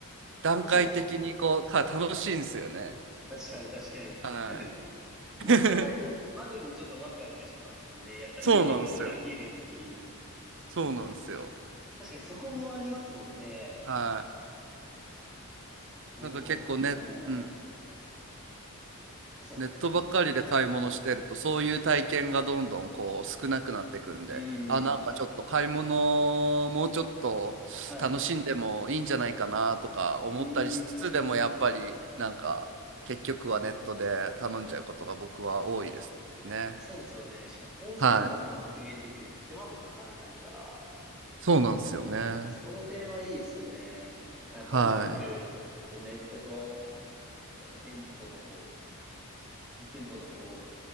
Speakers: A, on the right; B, in the centre.
A: 段階的にこう、
B: 楽しいですよね。
A: は楽しいんですよね。
B: 確かに、確かに。
A: は
B: <laughs> 持って帰るまでもちょっとワクワクしてますもんね。
A: い。<laughs>
B: やっぱ家でこう開けるっていう。
A: そうなんですよ。そうなんですよ。
B: 確かにそこもありますもんね。
A: は
B: いや、
A: い。なんか結構ね、
B: でも、うん。
A: うん、
B: あ、そうですね、
A: ネットばっかりで買い物してると、
B: どうぞ。はい。
A: そういう体験がどんどんこう少なくなってくんで、
B: う
A: あ、なんかちょっと買い物もうちょっと楽しんでもいいんじゃないかなとか思ったりしつつでもやっぱりなんか結局はネットで頼んじゃうことが僕は多いですね。
B: ん。はい。うーん。そうですよね。しかも、本数もなんか削減できる。
A: はい。
B: 手間もかからないから。
A: そうなんですよね。
B: やっぱそこの点はいいですよね。なんかやっぱうまく、
A: はい。
B: こうネットと、やっぱ店舗の方、実店舗の方を